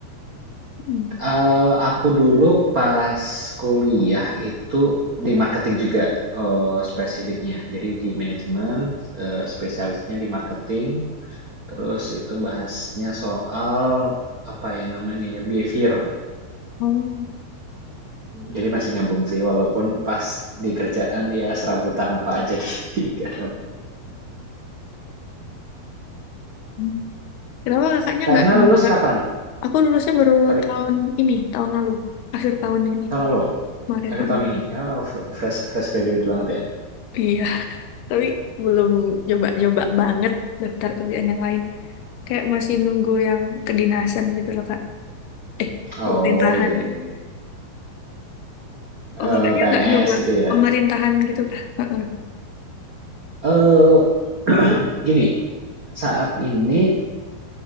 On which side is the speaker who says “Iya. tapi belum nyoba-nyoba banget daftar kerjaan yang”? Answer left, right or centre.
Left